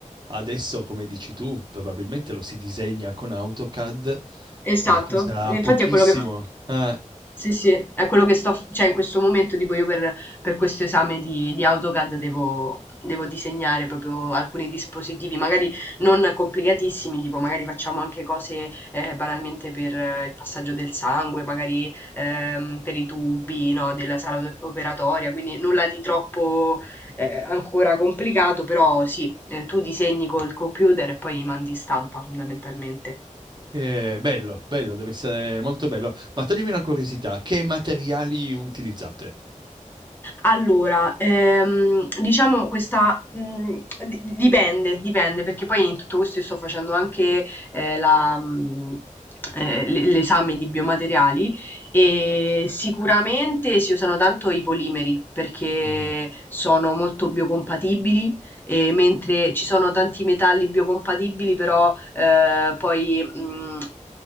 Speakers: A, on the right; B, on the left.
A: adesso, come dici tu, probabilmente lo si disegna con AutoCAD
B: Esatto,
A: e ci sarà
B: e infatti
A: pochissimo.
B: è quello che Esatto.
A: eh.
B: sì, sì, è quello che sto, f- cioè in questo momento tipo io per, per questo esame di, di AutoCAD devo, devo disegnare proprio alcuni dispositivi, magari non complicatissimi, tipo magari facciamo anche cose eh, banalmente per eh, il passaggio del sangue, magari ehm, per i tubi, no, della sala op- operatoria, quindi nulla di troppo eh, ancora complicato, però sì, eh, tu disegni col computer e poi mandi in stampa fondamentalmente.
A: Eh, bello, bello, deve essere molto bello. Ma toglimi una curiosità, che materiali utilizzate?
B: Allora, ehm, diciamo questa mh, di- dipende, dipende, perché poi in tutto questo io sto facendo anche eh, la, mh, eh, l- l'esame di biomateriali e sicuramente si usano tanto i polimeri perché
A: Mm,
B: sono molto biocompatibili e mentre ci sono tanti metalli biocompatibili, però eh, poi mh,